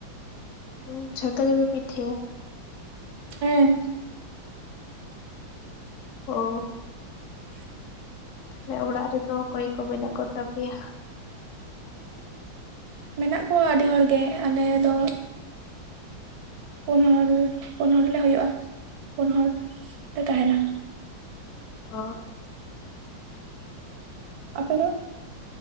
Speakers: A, on the left; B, on the right.
A: ᱦᱩᱸ ᱡᱷᱚᱛᱚ ᱜᱮᱯᱮ ᱯᱤᱴᱷᱟᱹᱭᱟ?
B: ᱦᱮᱸ᱾
A: ᱚ᱾
B: ᱦ <inaudible> <unintelligible>
A: ᱛᱟᱦᱞᱮ ᱚᱲᱟᱜ ᱨᱮᱫᱚ ᱚᱠᱚᱭ ᱠᱚ ᱢᱮᱱᱟᱜ ᱠᱚ ᱛᱟᱯᱮᱭᱟ?
B: ᱢᱮᱱᱟᱜ ᱠᱚᱣᱟ ᱟᱹᱰᱤ ᱦᱚᱲᱜᱮ ᱟᱞᱮ ᱫᱚ ᱯᱩᱱ ᱦᱚᱲ ᱯᱩᱱ ᱦᱚᱲᱞᱮ ᱦᱩᱭᱩᱜᱼᱟ ᱯᱩᱱ ᱦᱚᱲ ᱞᱮ ᱛᱟᱦᱮᱸᱱᱟ᱾
A: ᱚ
B: ᱟᱯᱮ ᱫᱚ?